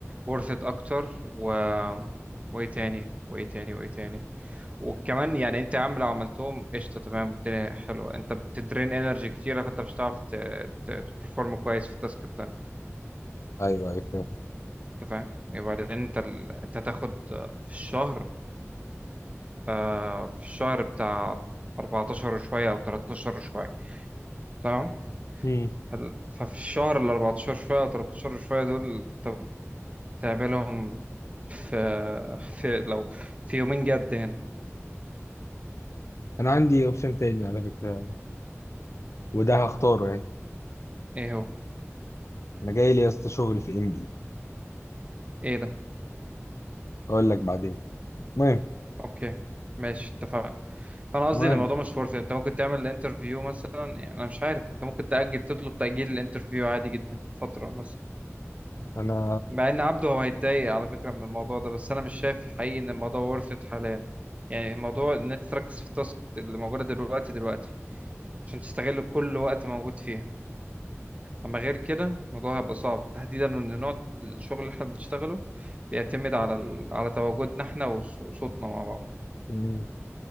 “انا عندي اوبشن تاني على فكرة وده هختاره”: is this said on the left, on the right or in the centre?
Left